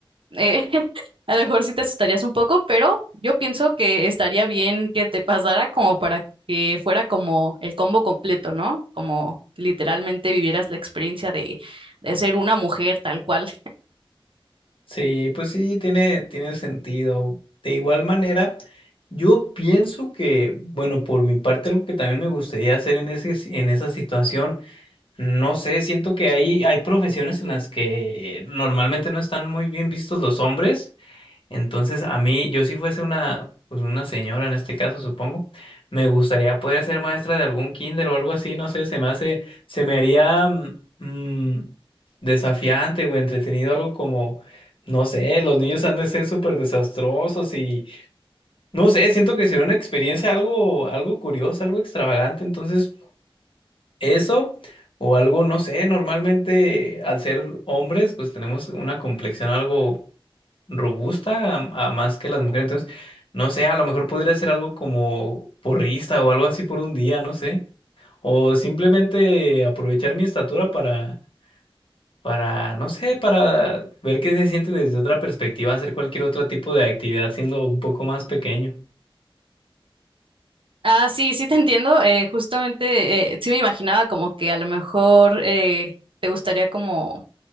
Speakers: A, on the right; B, on the left.
A: Eh, <laughs> a lo mejor sí te asustarías un poco, pero yo pienso que estaría bien que te pasara como para que fuera como el combo completo, ¿no? Como literalmente vivieras la experiencia de, de ser una mujer tal cual.
B: Sí, pues sí, tiene, tiene sentido. De igual manera, yo pienso que, bueno, por mi parte, algo que también me gustaría hacer en ese, en esa situación, no sé, siento que hay, hay profesiones en las que normalmente no están muy bien vistos los hombres. Entonces, a mí, yo si fuese una, pues una señora en este caso, supongo, me gustaría poder ser maestra de algún kinder o algo así, no sé, se me hace, se me haría mm, desafiante o entretenido algo como, no sé, los niños han de ser súper desastrosos y, no sé, siento que sería una experiencia algo, algo curiosa, algo extravagante, entonces eso o algo, no sé, normalmente al ser hombres, pues tenemos una complexión algo robusta a, a más que las mujeres. Entonces, no sé, a lo mejor podría ser algo como porrista o algo así por un día, no sé. O simplemente aprovechar mi estatura para, para, no sé, para ver qué se siente desde otra perspectiva, hacer cualquier otro tipo de actividad siendo un poco más pequeño.
A: Ah, sí, sí te entiendo. eh, justamente, eh, sí me imaginaba como que a lo mejor eh, te gustaría como